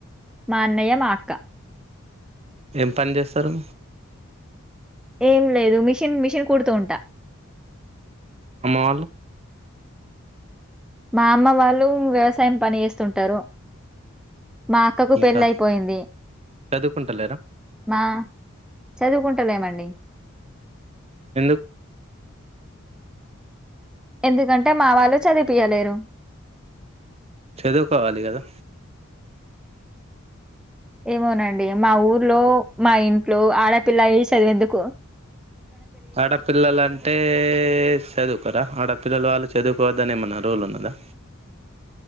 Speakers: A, in the centre; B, on the right (about 30°).
A: మా అన్నయ్య మా అక్క
B: ఏం పని చేస్తారు
A: ఏం లేదు మిషన్ మిషన్ కుడుతూ ఉంటా
B: అమ్మ వాళ్ళు
A: మా అమ్మ వాళ్ళు వ్యవసాయం పని చేస్తుంటారు మా అక్కకు
B: ఇంకా
A: పెళ్ళి అయిపోయింది
B: చదువుకుంటలేరా
A: మా చదువుకుంట లేను అండి
B: ఎందుకు
A: ఎందుకంటే మా వాళ్ళు చదిపియలేరు
B: చదువుకొవాలి కదా
A: ఏమోనండి మా ఊర్లో మా ఇంట్లో ఆడపిల్లయి చదివేందుకు
B: ఆడపిల్లలంటే చదువుకొరా ఆడపిల్లలు వాళ్ళు చదువుకోవద్దని ఏమన్నా రూల్ ఉన్నిందా